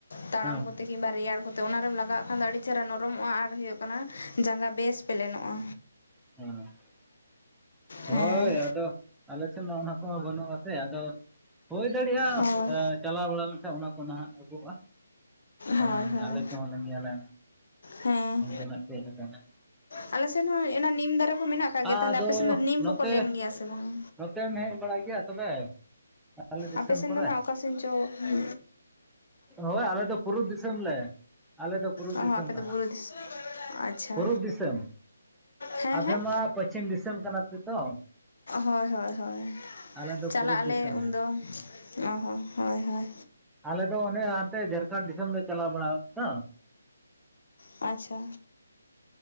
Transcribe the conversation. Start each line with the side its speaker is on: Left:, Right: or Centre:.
Left: ᱛᱟᱲᱟᱢ
Centre: ᱦᱮᱸ
Left: ᱠᱚᱛᱮ᱾ ᱠᱤᱝᱵᱟ ᱨᱮᱭᱟᱲ ᱠᱚᱛᱮ ᱚᱱᱟ ᱨᱮᱢ ᱞᱟᱜᱟᱣᱟᱜ ᱠᱷᱟᱱ ᱫᱚ ᱟᱹᱰᱤ ᱪᱮᱦᱨᱟ ᱱᱚᱨᱚᱢᱚᱜᱼᱟ ᱟᱨ ᱦᱩᱭᱩᱜ ᱠᱟᱱᱟ ᱡᱟᱸᱜᱟ ᱵᱮᱥ ᱯᱮᱞᱮᱱᱚᱜᱼᱟ᱾
Centre: <inaudible> ᱦᱳᱭ
Left: ᱦᱮᱸ
Centre: ᱟᱫᱚ ᱟᱞᱮ ᱥᱮᱫᱢᱟ ᱚᱱᱟ ᱠᱚᱦᱚᱸ ᱵᱟᱹᱱᱩᱜᱼᱟ ᱥᱮ ᱟᱫᱚ᱾ ᱦᱩᱭ ᱫᱟᱲᱮᱜᱼᱟ
Left: ᱦᱳᱭ
Centre: ᱪᱟᱞᱟᱣ ᱵᱟᱲᱟ ᱞᱮᱱᱠᱷᱟ ᱚᱱᱟ ᱠᱚ ᱱᱟᱦᱟᱜ ᱟᱹᱜᱩᱜᱼᱟ᱾ ᱦᱮ
Left: ᱦᱳᱭ ᱦᱳᱭ
Centre: ᱟᱞᱮ ᱠᱚᱦᱚᱸ ᱞᱮ ᱧᱮᱞᱟ
Left: ᱦᱮᱸ
Centre: ᱚᱱᱛᱮᱱᱟᱜ ᱪᱮᱫ ᱞᱮᱠᱟᱱᱟ᱾
Left: ᱟᱞᱮ ᱥᱮᱱ ᱦᱚᱸ ᱚᱱᱟ ᱱᱤᱢ ᱫᱟᱨᱮ ᱠᱚ ᱢᱮᱱᱟᱜ ᱠᱟᱜ ᱜᱮᱭᱟ
Centre: ᱟᱫᱚ
Left: ᱛᱟᱦᱞᱮ ᱟᱯᱮ ᱥᱮᱫ ᱫᱚ ᱱᱤᱢ
Centre: ᱱᱚᱛᱮ
Left: ᱠᱚᱠᱚ ᱞᱮᱱ ᱜᱮᱭᱟ ᱥᱮ ᱵᱟᱝᱟ?
Centre: ᱱᱚᱛᱮᱢ ᱦᱮᱡ ᱵᱟᱲᱟᱜ ᱜᱮᱭᱟ ᱛᱚᱵᱮ ᱟᱞᱮ ᱫᱤᱥᱚᱢ
Left: ᱟᱯᱮ ᱥᱮᱱ
Centre: ᱠᱚᱨᱮ
Left: ᱫᱚ ᱱᱟᱦᱟᱜ ᱚᱠᱟ ᱥᱮᱱ ᱪᱚ ᱩᱸ᱾
Centre: ᱦᱳᱭ ᱟᱞᱮ ᱫᱚ ᱯᱩᱨᱩᱵ ᱫᱤᱥᱚᱢ ᱞᱮ᱾ ᱟᱞᱮ ᱫᱚ ᱯᱩᱨᱩᱵ
Left: ᱚ
Centre: ᱫᱤᱥᱚᱢ
Left: ᱦᱚᱸ ᱟᱯᱮ
Centre: ᱱᱟᱦᱟᱜ
Left: ᱫᱚ ᱵᱩᱨᱩ ᱫᱤᱥᱚᱢ ᱟᱪᱷᱟ!
Centre: ᱯᱩᱨᱩᱵ ᱫᱤᱥᱚᱢ
Left: ᱦᱮᱸ
Centre: ᱟᱯᱮ
Left: ᱦᱮᱸ
Centre: ᱢᱟ ᱯᱚᱪᱷᱤᱢ ᱫᱤᱥᱚᱢ ᱠᱟᱱᱟ ᱯᱮ ᱛᱚ
Left: ᱦᱳᱭ ᱦᱳᱭ ᱦᱳᱭ᱾
Centre: ᱟᱞᱮ ᱫᱚ
Left: ᱪᱟᱞᱟᱜ
Centre: ᱯᱩᱨᱩᱵ
Left: ᱟᱞᱮ
Centre: ᱫᱤᱥᱚᱢ
Left: ᱩᱱᱫᱚ
Centre: ᱱᱟᱦᱟᱜ
Left: ᱚ ᱦᱚᱸ ᱦᱳᱭ ᱦᱳᱭ᱾
Centre: ᱟᱞᱮ ᱫᱚ ᱚᱱᱮ ᱦᱟᱸᱛᱮ ᱡᱷᱟᱨᱠᱷᱟᱸᱰ ᱫᱤᱥᱚᱢ ᱞᱮ ᱪᱟᱞᱟᱣ ᱵᱟᱲᱟ ᱫᱚ᱾
Left: ᱟᱪᱷᱟ᱾